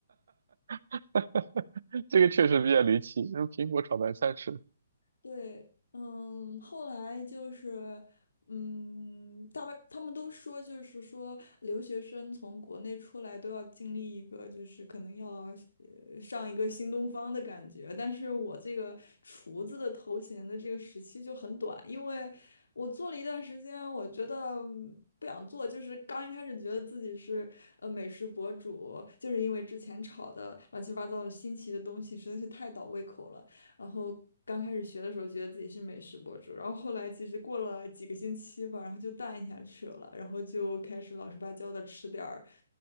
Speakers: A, on the right (about 65°); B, on the left (about 90°).
A: <laughs> 这个确实比较离奇，用苹果炒白菜吃。
B: 对，嗯，后来就是，嗯，大半他们都说，就是说留学生从国内出来都要经历一个，就是可能要呃上一个新东方的感觉。但是我这个厨子的头衔的这个时期就很短，因为我做了一段时间，我觉得。嗯不想做，就是刚一开始觉得自己是呃美食博主，就是因为之前炒的乱七八糟的新奇的东西实在是太倒胃口了。然后刚开始学的时候，觉得自己是美食博主，然后后来其实过了几个星期吧，然后就淡下去了，然后就开始老实巴交的吃点儿